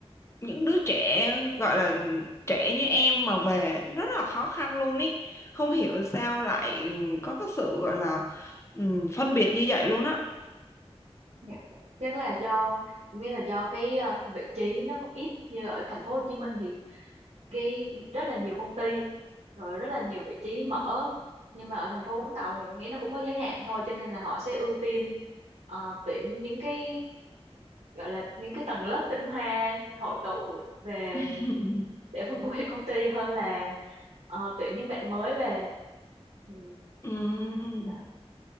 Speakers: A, on the left; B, on the right.
A: những đứa trẻ gọi là trẻ như em mà về rất là khó khăn luôn ý không hiểu sao lại có cái sự gọi là ừm, phân biệt như vậy luôn á
B: Dạ. chắc là do em nghĩ là do cái ờ, vị trí nó cũng ít như ở thành phố Hồ Chí Minh thì cái rất là nhiều công ty rồi rất là nhiều vị trí mở nhưng mà ở thành phố Vũng Tàu thì nghĩ nó cũng có giới hạn thôi cho nên là họ sẽ ưu tiên ờ, tuyển những cái gọi là những cái tầng lớp tinh hoa hội tụ về
A: <laughs>
B: để phục vụ cho công ty hơn là ờ, tuyển những bạn mới về Ừ,
A: Ừm.
B: dạ